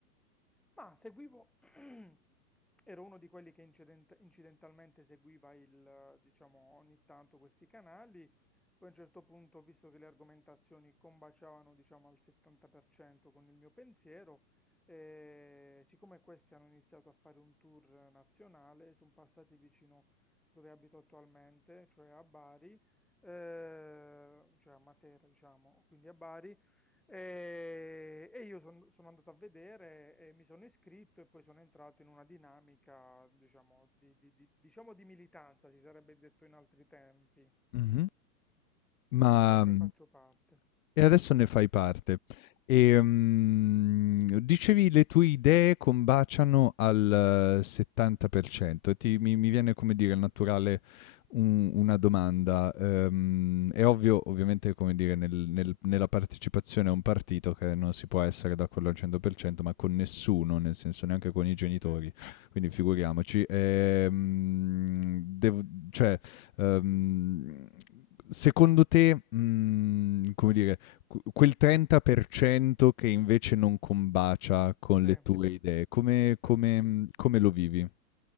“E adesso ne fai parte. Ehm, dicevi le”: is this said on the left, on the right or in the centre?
Left